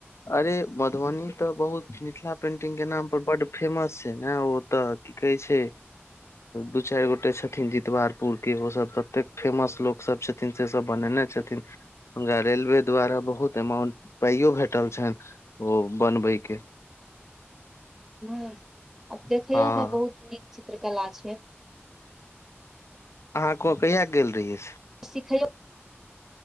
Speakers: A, on the left (about 80°); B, in the centre.
A: अरे मधुबनी तऽ बहुत मिथिला पेंटिंग के नाम बड फेमस छै ने ओ तऽ की कहे छै दू चारि गोटे छथिन जितवारपुर के ओ सब तते फेमस लोको सब छथिन से सब बनेने छथिन। ह रेेलवे। द्वारा बहुत अमाउंट पाइयो भेटल छनि। ओ बनबैके।
B: हँ। आब देखैयो
A: हँ
B: मे बहुत नीक। चित्रकला छै।
A: अहाँ क कहिया गेल रहियै।
B: सिखौ